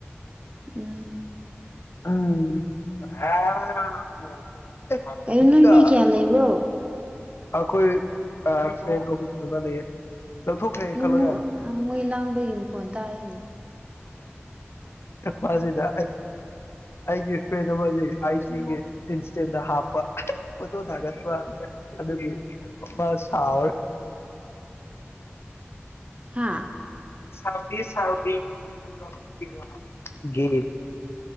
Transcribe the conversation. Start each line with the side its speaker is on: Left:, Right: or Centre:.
Right: ꯎꯝ
Left: ꯎꯝ <unintelligible>
Right: ꯀꯩꯅꯣ ꯅꯣꯏ ꯃꯤ ꯀꯌꯥ ꯂꯩꯕ꯭ꯔꯣ
Left: ꯑꯩꯈꯣꯏ ꯑꯥ ꯗꯔ꯭ꯦꯟꯗ ꯑꯍꯨꯝ ꯗꯨꯒꯥ ꯂꯩꯌꯦ ꯂꯧꯊꯣꯛꯈ꯭ꯔꯦ
Right: ꯂꯅꯃꯨ
Left: ꯈꯜꯂꯣ ꯌꯥꯔꯦ
Right: ꯃꯣꯏ ꯂꯥꯡꯕꯒꯤ ꯃꯈꯣꯟ ꯇꯥꯏꯅꯦ
Left: ꯃꯥ ꯑꯁꯤꯗ ꯑꯩꯒꯤ ꯐ꯭ꯔꯦꯟ ꯑꯃ ꯂꯩꯇꯦ ꯑꯥꯏ ꯁꯤꯒꯤ ꯏꯟꯁꯇꯦꯟꯗ ꯍꯥꯞꯄ ꯐꯣꯠꯇꯣ ꯊꯥꯒꯠꯄ ꯑꯗꯨꯒꯤ ꯃꯥ ꯁꯥꯎ
Right: ꯍꯥꯥ
Left: ꯁꯥꯎꯗꯦ ꯁꯥꯎꯗꯦ <unintelligible> ꯒꯤ